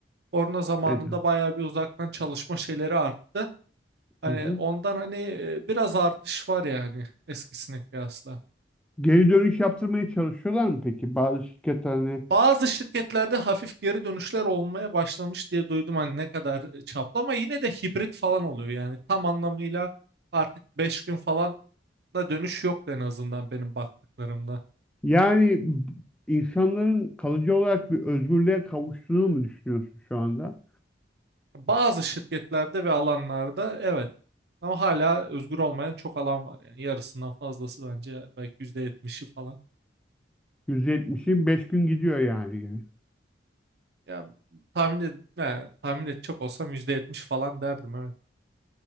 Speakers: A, on the right; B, in the centre.
A: korona zamanında
B: Evet.
A: bayağı bir uzaktan çalışma şeyleri arttı. Hani
B: Hı hı.
A: ondan hani e, biraz artış var yani eskisine kıyasla.
B: Geri dönüş yaptırmaya çalışıyorlar mı peki? Bazı şirketler hani
A: Bazı şirketlerde hafif geri dönüşler olmaya başlamış diye duydum hani ne kadar e, çaplı ama yine de hibrit falan oluyor yani tam anlamıyla artık 5 gün falan da dönüş yok en azından benim baktıklarımda.
B: yani insanların kalıcı olarak bir özgürlüğe kavuştuğunu mu düşünüyorsun şu anda?
A: Bazı şirketlerde ve alanlarda evet ama hala özgür olmayan çok alan var yani yarısından fazlası bence belki yüzde yetmişi falan.
B: %70'i beş gün gidiyor yani yine.
A: Yani tahmin, ed yani tahmin edecek olsam %70 falan derdim evet.